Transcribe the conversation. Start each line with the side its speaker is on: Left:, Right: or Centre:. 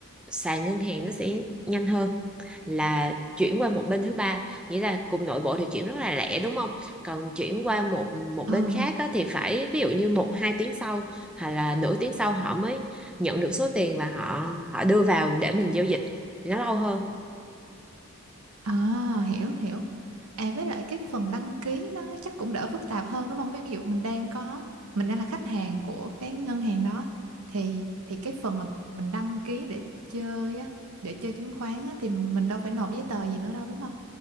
Centre: sàn ngân hàng nó sẽ nhanh hơn là chuyển qua một bên thứ ba nghĩa là cùng nội bộ thì chuyển rất là lẹ đúng không còn chuyển qua một một
Right: À,
Centre: bên khác á, thì phải ví dụ như một hai tiếng sau hoặc là nửa tiếng sau họ mới nhận được số tiền và họ họ đưa vào để mình giao dịch thì nó lâu hơn
Right: à hiểu hiểu. À với lại cái phần đăng ký nó chắc cũng đỡ phức tạp hơn đúng không? Ví dụ mình đang có mình đang là khách hàng của cái ngân hàng đó thì thì cái phần mà mình đăng ký để chơi á, để chơi chứng khoán á thì mình đâu phải nộp giấy tờ gì nữa đâu đúng không?